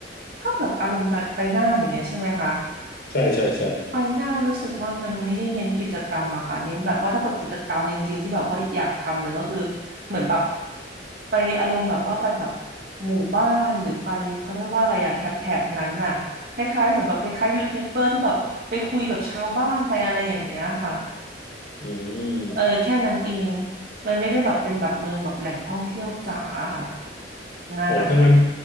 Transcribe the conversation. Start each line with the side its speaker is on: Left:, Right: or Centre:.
Right: ถ้าแบบอารมณ์ไปไปน่านอย่างเงี้ยใช่ไหมคะ
Left: ใช่ใช่ใช่
Right: ไปหน้ารู้สึกว่ามันไม่ได้เน้นกิจกรรมอะค่ะเน้นแบบว่าถ้าเปิดกิจกรรมจริงๆที่แบบว่าอยากทำเลยก็คือเหมือนแบบไปอารมณ์แบบว่าไปแบบหมู่บ้านหรือไปเขาเรียกว่าอะไรอะแถบแถบนั้นน่ะคล้ายๆเหมือนแบบคล้ายๆยูทูบเบอร์ที่แบบไปคุยกับชาวบ้านไปอะไรอย่างเงี้ยค่ะ
Left: อื
Right: เออแค่นั้นเอง
Left: ม
Right: มันไม่ได้แบบเป็นแบบเมืองแบบแหล่งท่องเที่ยวจ๋าค่ะน่านน่ะ
Left: อ๋อถ้างั้น